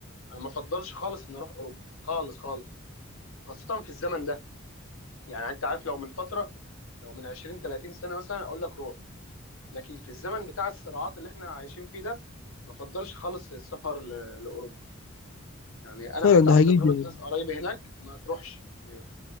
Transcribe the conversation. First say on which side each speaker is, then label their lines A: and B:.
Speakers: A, on the left; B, on the left.
A: انا ما افضلش خالص ان اروح اوروبا خالص خالص خاصه في الزمن ده يعني انت عارف لو من فتره لو من 20 30 سنه مثلا اقول لك روح لكن في الزمن بتاع الصراعات اللي احنا عايشين فيه ده ما بفضلش خالص السفر ل- لاوروبا يعني انا
B: فعلا
A: حتى
B: ده
A: عن
B: حقيقي
A: تجربه ناس قرايب هناك ما تروحش يعني